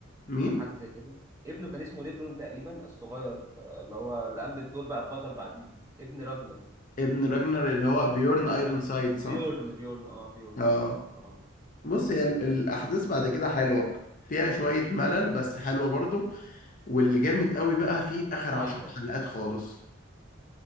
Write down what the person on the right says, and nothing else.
آه حاجه زي كده ابنه كان اسمه ليبرون تقريبا الصغير آه اللي هو اللي قام بالدور بقى البطل بعديه ابن راجنر
بيورن
بيورن اه بيورن
بالظبط اه
ايفر